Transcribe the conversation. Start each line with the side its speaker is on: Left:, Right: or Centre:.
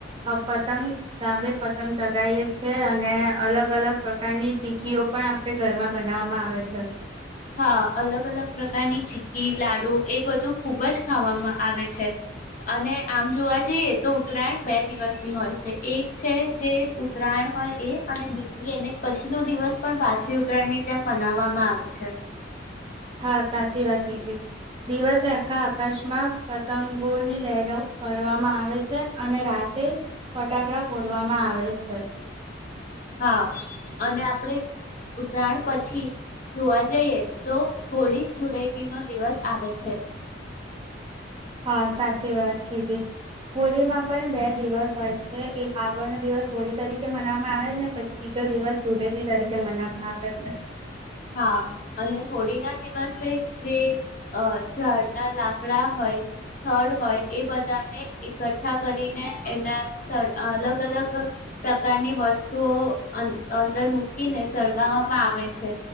Right: પતંગ ધાબે પતંગ ચગાવએ છ છેએ અને અલગ અલગ પ્રકારની ચીકીઓ પણ આપણે ઘરમાં બનાવવામાં આવે છે.
Left: હા અલગ અલગ પ્રકારની ચી્કી, લાડુ એ બધું ખુબ જ ખાવામાં આવે છે અને આમ જોવા જઈએ તો ઉત્તરાયણ બે દિવસની હોય છે, એક છે જે ઉત્તરાયણ હોય એ અને બીજી એને પછીનો દિવસ પણ વાસી ઉત્તરાયણની જેમ મનાવવામાં આવે છે.
Right: હા સાચી વાત કીધી દિવસે આખા આકાશમાં પતંગોની લહેર ફરવામાં આવે છે અને રાતે ફટાકડા ફોડવામાં આવે છે.
Left: હા અને આપણે ઉતરાયણ પછી જોવા જઈએ તો હોળી ધુળેટી નો દિવસ આવે છે.
Right: હા સાચી વાત કીધી. હોળીમાં પણ બે દિવસ હોય છે એક આગળનો દિવસ હોળી તરીકે મનાવામાં આવે ને પછી બીજો દિવસ ધુલેથી તરીકે મનાવામાં આવે છે.
Left: હા અને હોળી ના દિવસે જે અહ ઝાડના લા કડા હોય, થડ હોય એ બધાને એખઠા કરીને એના સર અહ અલગ અલગ પ્રકારની વસ તોઓ અં-અંદર મૂકીને સળગાવામાં આવે છે.